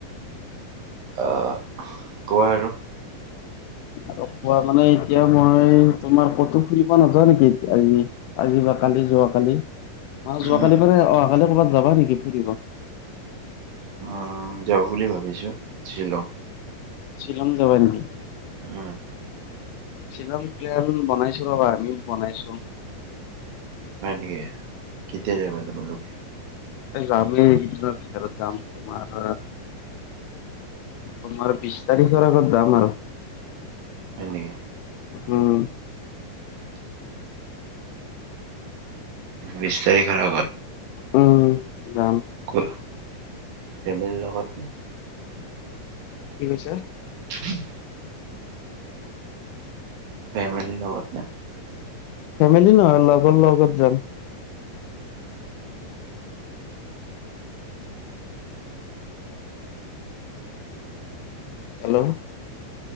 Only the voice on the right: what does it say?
অ কোৱা আৰু।
উম
উম যাওঁ বুলি ভাবিছো শ্বিলং।
উম
হয় নেকি। কেতিয়া যাবা তোমালোকে
হয় নেকি।
বিশ তাৰিখৰ আগত।
ক'ত ফেমিলিৰ লগত নে?
<inaudible> ফেমিলি লগত নে।